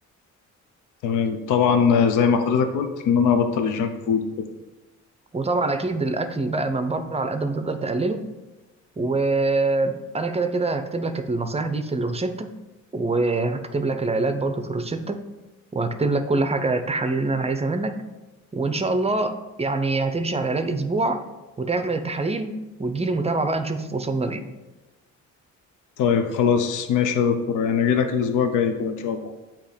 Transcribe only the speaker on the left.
تمام طبعا زي ما حضرتك قلت ان انا ابطل الجنك فود وكده
طيب خلاص ماشي يا دكتور يعني اجي لك الاسبوع الجاي كده ان شاء الله